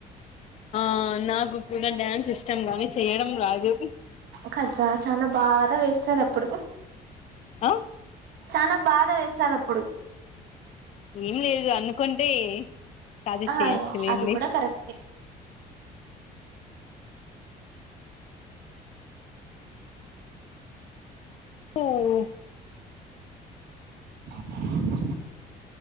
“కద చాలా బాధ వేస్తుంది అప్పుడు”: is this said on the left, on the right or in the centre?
Right